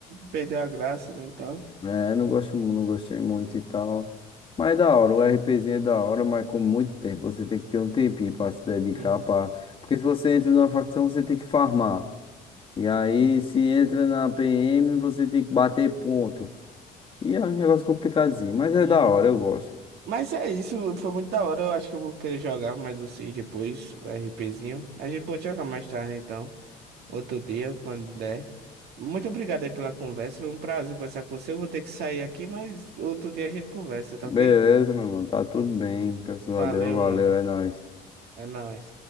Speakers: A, on the right; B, on the left.
A: perdeu a graça, né, e tal.
B: É, não gosto, mu- não gostei muito e tal. Mas é da hora, o RPzinho é da hora, mas com muito tempo. Você tem que ter um tempinho pra se dedicar
A: Uhum.
B: pra... Porque se você entra numa facção, você tem que farmar. E aí, se entra na PM, você tem que bater ponto. E é um negócio complicadinho, mas é
A: Uhum.
B: da hora, eu gosto.
A: Mas é isso, foi muito da hora. Eu acho que eu vou querer jogar mais vocês depois, o RPzinho. A gente pode jogar mais tarde, então. Outro dia, quando der. Muito obrigado aí pela conversa. Foi um prazer conversar com você. Eu vou ter que sair aqui, mas outro dia a gente conversa, tá
B: Beleza,
A: ok?
B: meu mano. Tá tudo bem. Graças
A: Valeu,
B: a Deus. Valeu,
A: mano.
B: é nóis.
A: É nóis.